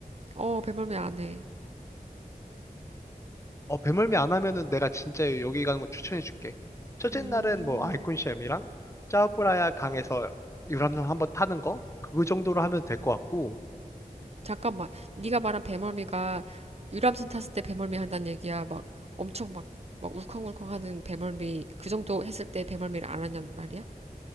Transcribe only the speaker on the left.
어, 배멀미 안 하면은 내가 진짜 여기 가는 거 추천해 줄게. 첫째
날은 뭐 아이콘시엠이랑 짜오프라야 강에서 유람선 한번 타는 거? 그 정도로 하면 될 것 같고.